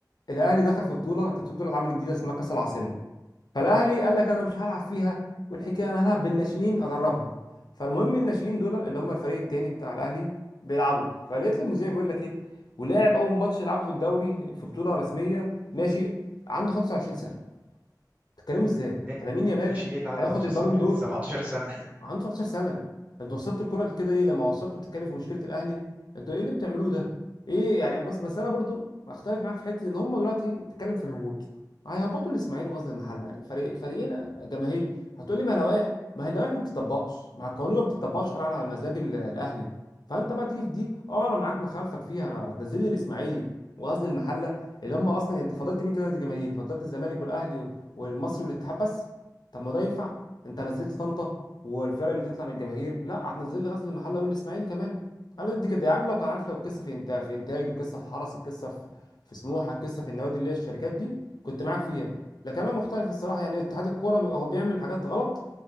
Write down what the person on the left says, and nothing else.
الاهلي دخل في بطوله كانت في بطوله اتعملت جديده اسمها كاس العاصمه فالاهلي قال لك انا مش هلعب فيها والحكايه انا هلعب بالناشئين ادربهم فالمهم الناشئين دول اللي هم الفريق التاني بتاع الاهلي بيلعبوا فلقيت المذيع بيقول لك ايه ولاعب اول ماتش يلعبه في الدوري في بطوله رسميه ناشئ عنده 25 سنه بتتكلموا ازاي
ده لامين يامال
هياخد
البالون دور
عنده 19 سنه انتوا وصلتوا الكره لكده ايه لما وصلتوا بتتكلم في مشكله الاهلي انتوا ايه اللي بتعملوه ده ايه يعني بس بس انا برضو بختلف معاك في حته ان هم دلوقتي بتتكلم في الهبوط هيهبطوا الاسماعيلي وغزل المحله يعني فريق فريقين جماهيري هتقول لي ما لوائح ما هي اللوائح ما بتطبقش ما هي القوانين ما بتطبقش غير على مزاج ال- الاهلي فانت بقى تيجي في دي اه انا معاك مخالفك فيها انا هتنزل لي الاسماعيلي وغزل المحله اللي هم اصلا انت فضلت مين كده جماهيري فضلت الزمالك والاهلي والمصري والاتحاد بس طب ما ده ينفع انت نزلت طنطا والفرق اللي بتطلع من الجماهير لا هتنزل لي غزل المحله والاسماعيلي كمان انا ضد كده يا عم لو كان عارف لو القصه في انتاج في انتاج القصه في حرس القصه في في سموحه القصه في النوادي اللي هي الشركات دي كنت معاك فيها لكن انا مختلف الصراحه يعني اتحاد الكوره بيبقى هو بيعمل حاجات غلط